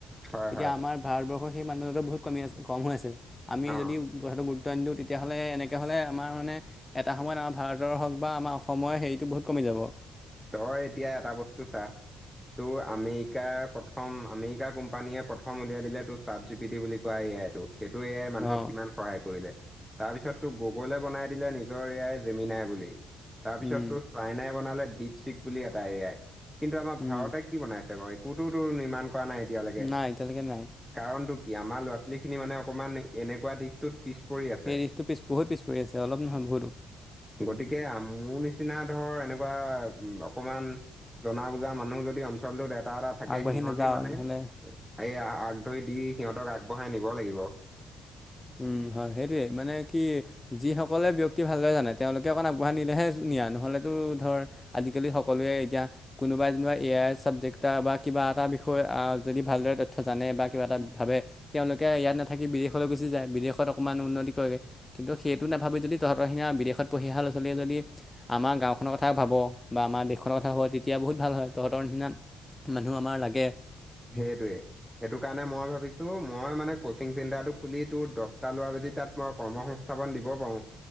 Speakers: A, in the centre; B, on the left.
A: হয়
B: এতিয়া
A: হয়
B: আমাৰ ভাৰতবৰ্ষ সেই মানদণ্ডাটো বহুত কমি আছে কম হৈ আছে, আমি
A: অ
B: যদি কথাটো গুৰুত্ব নি দিওঁ তেতিয়াহ'লে এনেকৈ হ'লে আমাৰ মানে এ এটা সময়ত আমাৰ ভাৰতৰ হওঁক বা আমাৰ অসমৰ হেৰিতটো বহুত কমি যাব।
A: তই এতিয়া এটা বস্তু চা তোৰ আমেৰিকাৰ প্ৰথম আমেৰিকা কোম্পানীয়ে প্ৰথম উলিয়াই দিলে তোৰ চাট জি পিটি বুলি কোৱা এ আইটো। সেইটো এ আই মানুহক
B: অঁ
A: কিমান সহায় কৰিলে। তাৰপিছতটো গ'গলে বনাই দিলে নিজৰ এ আই জেমি নাই বুলি। তাৰপিছত
B: উম
A: তোৰ চাইনাই বনালে দীপশিক বুলি এটা এ আই। কিন্তু আমাৰ
B: উম
A: ভাৰতে কি বনাইছে বাৰু একোতোতো নিৰ্মাণ কৰা নাই এতিয়ালৈকে,
B: নাই এতিয়ালৈকে নাই
A: কাৰণতটো কি আমাৰ ল'ৰা ছোৱালীখিনি মানে অকমান এনেকুৱা দিশটোত পিছ পৰি আছে,
B: এই দিশটো পিছ বহুত পিছ পৰি আছে অলপ নহয় বহুতো
A: গতিকে মোৰ নিচ নিচিনা ধৰ এনেকুৱা অকমান জনা বুজা মানুহ যদি অঞ্চলটোত এট এটা এটা থাকে
B: আগবাঢ়ি
A: সিহঁতি
B: নাযাওঁ
A: মানে,
B: নহ'লে
A: এইয়া আগ ধৰি দি সিহঁতক আগবঢ়াই নিব লাগিব
B: উম হয় সেইটোয়ে মানে কি যিসকলে ব্য্য়ক্তি ভালকে জানে তেওঁলোকে অকণ আগবঢ়াই নিিলেহে নহলে ধালি সকলোৱে এতিয়া কোনোবাই যেনিবা এ আই চাবজেক্ট বা কিবা এটা বিষয়ে যদি ভালদৰে তথ্য জানে বা কিবা এটা ভাবে তেওঁলোকে ইয়াত নাথাকি বিদেশলৈ গুচি যায় বিদেশত অকণমান উন্নতি কৰেগৈ কিন্তু সেইটো নাভাবি যদি তহঁতৰসিীয়া বিদেশত পঢ়ি স'ৰা ছোৱালীয়ে যদি আমাৰ গাঁওখনৰ কথা ভাব বা আমাৰ দেশখনৰ কথা হ তেতিয়া বহুত ভাল হয় তহঁতৰ নিিনাত মানুহ আমাৰ লাগে
A: সেইটোৱে সেইটো কাৰণে মই ভাবিছো মই মানে কচিং চেণ্টাৰটো খুলি তোৰ দহটা লোৱা য য তাত মই কৰ্ম সংস্থাপন দিব পাৰোঁ